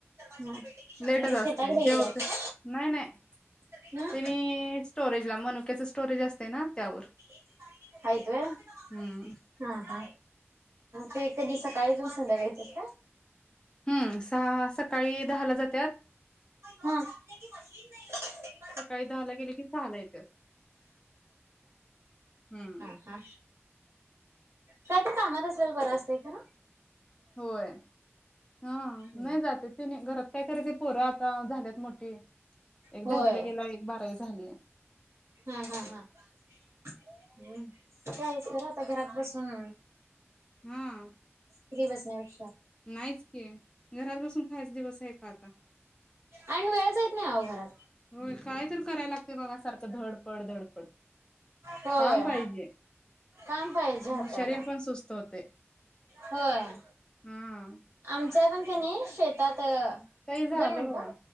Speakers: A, on the right; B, on the left.
A: म्हणजे
B: लेटच
A: शेताकडे
B: असतयं,
A: गेल्यात
B: जेवतोय
A: का?
B: नाही नाही.
A: हं
B: त्यांनी स्टोरेज ला मनुक्याच स्टोरेज असतंय ना त्यावर.
A: <unintelligible> हायत व्हयं.
B: हम्म
A: हा हा त कधी सकाळी जाऊन संध्याकायच का
B: हम्म सहा सकाळी दहा ला जातत
A: मन नाही
B: सकाळी दहा ला गेले की सहा ला येत्या हम्म
A: ह काय ते कामात असल्याल बरं असतंय खर
B: होय हम
A: हम्म.
B: नाही जाते तेने घरात काय करायच पोरं आता झाल्यात मोठी एक
A: होय
B: दहावीला गेला एक बारावी झाली
A: हा हा हा् का आहेच तर आता घरात बसून
B: हम्म
A: फ्री बसण्यापेक्षा
B: नाहीच की घरात बसून खायच दिवस आहे का आता
A: आणि वेळच येत नाही हो घरात
B: हो काय तर करायला लागते बघ सारखं धडपड धडपड
A: होय
B: काम पाहिजे
A: काम पाहिजे हाताला
B: म शरीर पण सुस्त होते
A: होय
B: हम
A: आमच्या पण का नाही शेतात
B: काही झालं
A: दोन मिनिटं
B: बघ